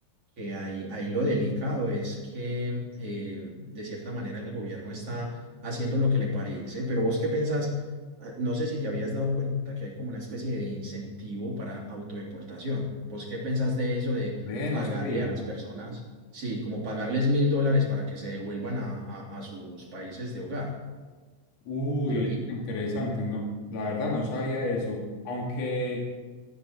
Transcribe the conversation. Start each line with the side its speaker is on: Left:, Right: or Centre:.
Right: que ahí, ahí lo delicado es que eh, de cierta manera el gobierno está haciendo lo que le parece, pero vos qué pensás, Ah, no sé si te habías dado cuenta que hay como una especie de incentivo para autodeportación. ¿Vos qué pensás de eso de
Left: Ve,
Right: pagarle
Left: no sabía.
Right: a las personas, sí, como pagarles mil dólares para que se devuelvan a, a- a sus países de hogar,
Left: Uy,
Right: de origen?
Left: es interesante. No, la verdad no sabía eso. Aunque